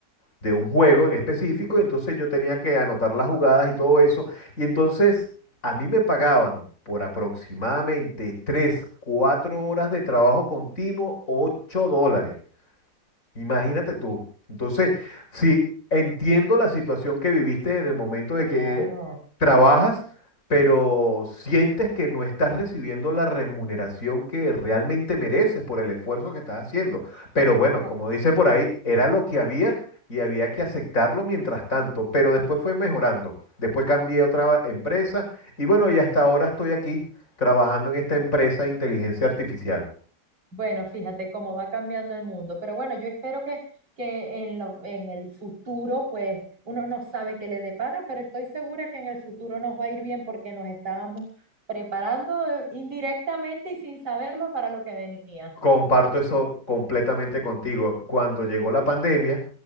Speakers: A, on the left; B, on the right.
A: de un juego en específico y entonces yo tenía que anotar las jugadas y todo eso. Y entonces a mí me pagaban por aproximadamente 3, 4 horas de trabajo continuo, 8 dólares. Imagínate tú. Entonces, sí, entiendo la situación que viviste en el momento
B: Claro.
A: de que trabajas, pero sientes que no estás recibiendo la remuneración que realmente mereces por el esfuerzo que estás haciendo. Pero bueno,
B: De
A: como
B: acuerdo.
A: dicen por ahí, era lo que había y había que aceptarlo mientras tanto, pero después fue mejorando. Después cambié a otra empresa y bueno, y hasta ahora estoy aquí trabajando en esta empresa de inteligencia artificial.
B: Bueno, fíjate cómo va cambiando el mundo, pero bueno, yo espero que, que en lo- en el futuro, pues uno no sabe qué le depara, pero estoy segura que en el futuro nos va a ir bien porque nos estábamos preparando eh, indirectamente y sin saberlo para lo que venía.
A: Comparto eso completamente contigo. Cuando llegó la pandemia,